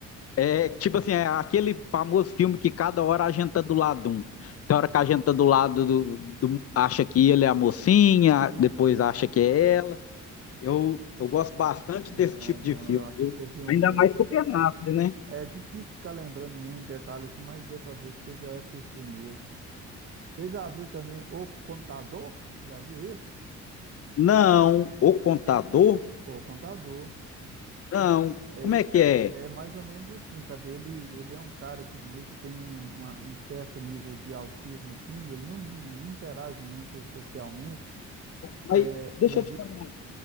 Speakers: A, on the left (about 50°); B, on the right (about 45°).
A: é tipo assim, é aquele famoso filme que cada hora a gente tá do lado de um. Tem hora que a gente tá do lado do, do- acha que ele é a mocinha, depois acha que é ela. Eu, eu gosto bastante desse
B: Ah,
A: tipo de
B: não,
A: filme.
B: eu acho que você viu
A: Ainda
B: mesmo.
A: mais Supernatural, né?
B: É difícil ficar lembrando muito detalhe assim, mas deu pra ver que você já assistiu mesmo. Você já viu também O Contador? Já viu esse?
A: Não, O Contador?
B: O Contador.
A: Não.
B: É
A: Como
B: esse
A: é que
B: cara,
A: é?
B: é mais ou menos assim, sabe? Ele, ele é um cara que meio que tem um, uma- um certo nível de autismo, assim, ele não, não interage muito socialmente,
A: Mas
B: é,
A: deixa
B: mas
A: eu te
B: e-
A: falar.